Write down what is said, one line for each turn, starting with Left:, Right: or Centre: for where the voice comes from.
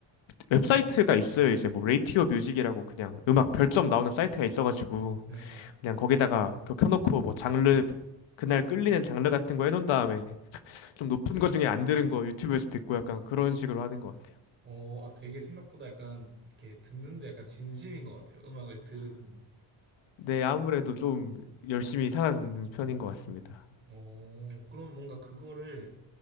Left: 웹사이트가 있어요. 이제 뭐 레이티오 뮤직이라고 그냥 음악 별점 나오는 사이트가 있어가지고,
Right: 네.
Left: 그냥 거기다가 그거 켜놓고 뭐 장르, 그날 끌리는 장르 같은 거 해놓은 다음에 좀 높은 거 중에 안 들은 거 유튜브에서 듣고 약간 그런 식으로 하는 것 같아요.
Right: 어, 아, 되게 생각보다 약간 이렇게 듣는데 약간 진심인 것 같아요. 음악을 들으시는.
Left: 네, 아무래도 좀 열심히 살아듣는 편인 것 같습니다.
Right: 오, 그럼 뭔가 그거를